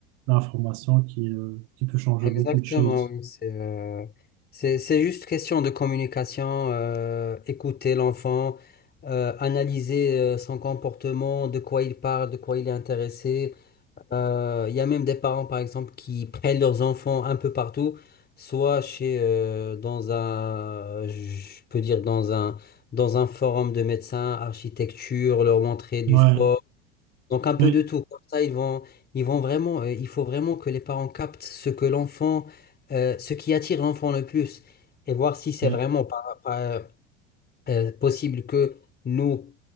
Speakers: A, on the right; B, on the left.
A: l'information qui, euh, qui peut changer
B: Exactement,
A: beaucoup de choses.
B: oui. C'est euh, c'est, c'est juste question de communication, euh, écouter l'enfant, euh, analyser euh, son comportement, de quoi il parle, de quoi il est intéressé. Euh, Il y a même des parents, par exemple, qui prennent leurs enfants un peu partout, soit chez, euh, dans un, je peux dire, dans un, dans un forum de médecins, architecture, leur montrer du
A: Ouais,
B: sport, donc un peu
A: oui,
B: de tout. Comme ça, ils vont, ils vont vraiment, euh, il faut vraiment que les parents captent ce que l'enfant, euh, ce qui attire l'enfant le plus, et voir si c'est
A: oui.
B: vraiment par, par- euh, possible que nous,